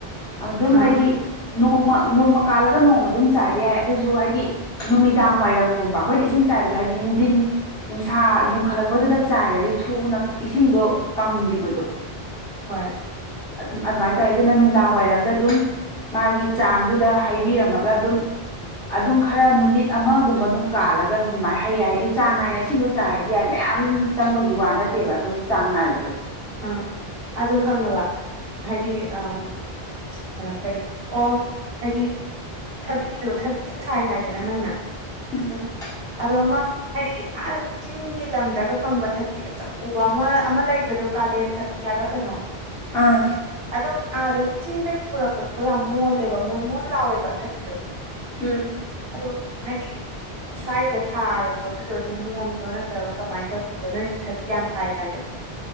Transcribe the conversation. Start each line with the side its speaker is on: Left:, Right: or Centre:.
Centre: ꯑꯗꯨꯝ
Right: ꯑꯥ
Centre: ꯍꯥꯏꯗꯤ ꯅꯣꯡꯃ ꯅꯣꯡꯃ ꯀꯥꯜꯂꯒ ꯅꯣꯡꯃ ꯑꯗꯨꯝ ꯆꯥꯏꯕ ꯌꯥꯏ ꯑꯗꯨꯁꯨ ꯍꯥꯏꯗꯤ ꯅꯨꯃꯤꯗꯥꯡ ꯋꯥꯏꯔꯝꯒꯨꯝꯕ ꯑꯩꯈꯣꯏꯅ ꯏꯁꯤꯡ ꯆꯥꯏꯕꯖꯦ ꯍꯥꯏꯗꯤ ꯅꯨꯡꯗꯤꯟ ꯅꯨꯡꯁꯥ ꯌꯨꯡꯈꯠꯂꯛꯄꯗꯨꯗ ꯆꯥꯏꯔꯗꯤ ꯊꯨꯅ ꯏꯁꯤꯡꯗꯣ ꯀꯪꯒꯤꯕꯗꯣ
Right: ꯍꯣꯏ
Centre: ꯑꯗꯨꯝ-ꯑꯗꯨꯃꯥꯏꯅ ꯇꯧꯋꯦ ꯑꯗꯨꯅ ꯅꯨꯡꯗꯥꯡ ꯋꯥꯏꯔꯝꯗ ꯑꯗꯨꯝ ꯃꯥꯒꯤ ꯆꯥꯡꯗꯨꯗ ꯍꯩꯏꯕꯤꯔꯝꯃꯒ ꯑꯗꯨꯝ ꯑꯗꯨꯝ ꯈꯔ ꯅꯨꯃꯤꯠ ꯑꯃꯒꯨꯝꯕ ꯑꯗꯨꯝ ꯀꯥꯜꯂꯒ ꯑꯗꯨꯝ ꯃꯥꯏ ꯍꯩꯌꯥꯏ ꯍꯥꯏꯗꯤ ꯆꯥꯡ ꯅꯥꯏꯅ ꯏꯁꯤꯡꯗꯨ ꯆꯥꯏꯕꯗꯤ ꯌꯥꯏ ꯃꯌꯥꯝ ꯆꯪꯕꯒꯤ ꯋꯥ ꯅꯠꯇꯦꯕ ꯑꯗꯨꯝ ꯆꯥꯡ ꯅꯥꯏꯕꯗꯣ
Right: ꯑꯥ ꯑꯗꯨ ꯈꯪꯉꯕ ꯍꯥꯏꯗꯤ ꯑꯥ ꯍꯩꯃ ꯀꯩ ꯑꯣ ꯍꯥꯏꯗꯤ ꯊꯕꯤꯗꯣ ꯊꯕꯤꯖꯨ ꯊꯥꯏ ꯍꯥꯏꯗꯅ ꯅꯪꯅ
Centre: ꯎꯝ
Right: ꯑꯗꯣ ꯑꯃ ꯍꯥꯏꯗꯤ ꯑꯥ ꯆꯤꯡꯒꯤ ꯂꯝꯗꯒ ꯐꯪꯕ ꯊꯕꯤ ꯑꯆꯧꯕ ꯑꯃ-ꯑꯃ ꯂꯩꯕꯗꯣ ꯀꯥꯂꯦꯟ ꯊꯕꯤ ꯍꯥꯏꯕ꯭ꯔꯥ ꯀꯩꯅꯣ
Centre: ꯑꯥ
Right: ꯑꯗꯨꯝ ꯑꯥꯗꯒꯤ ꯆꯤꯡꯗꯒꯤ ꯄꯨꯔꯛꯄꯗꯤꯀꯣ ꯌꯥꯝ ꯃꯣꯜꯂꯦꯕ ꯃꯣꯟ-ꯃꯣꯟ ꯂꯥꯎꯋꯦꯕ ꯊꯕꯤꯗꯣ
Centre: ꯎꯝ
Right: ꯑꯗꯣ ꯍꯥꯏꯗꯤ ꯁ꯭ꯋꯥꯏꯗ ꯊꯥꯔꯖꯨ ꯑꯗꯨꯗꯣ ꯑꯗꯨꯝ ꯃꯣꯟꯕ꯭ꯔꯣ ꯅꯠꯇ꯭ꯔꯒ ꯀꯃꯥꯏꯅ ꯇꯧꯒꯦꯕ ꯅꯣꯏꯁꯨ ꯊꯕꯤ ꯌꯥꯝ ꯊꯥꯏ ꯍꯥꯏꯗꯅ